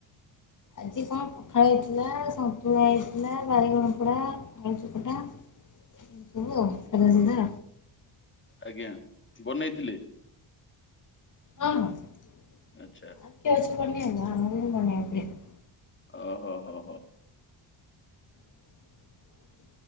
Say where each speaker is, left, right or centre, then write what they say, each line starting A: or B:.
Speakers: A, on the left; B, on the left.
A: ଆଜି କଣ ପଖାଳ ହେଇଥିଲା ସନ୍ତୁଳା ହେଇଥିଲା ବାଇଗଣପୋଡ଼ା ଆଳୁ ଚକଟା ଏସବୁ ଆଉ ସାଧା ସିଧା।
B: ଆଜ୍ଞା ବନେଇଥିଲେ
A: ହଁ ହଁ ଆଉ
B: ଆଚ୍ଛା
A: କିଏ ଅଛି ବନେଇବାକୁ ଆମକୁ ହିଁ ବନେଇବାକୁ ପଡ଼ିବ।
B: ଓ ହୋ ହୋ ହୋ
A: <inaudible>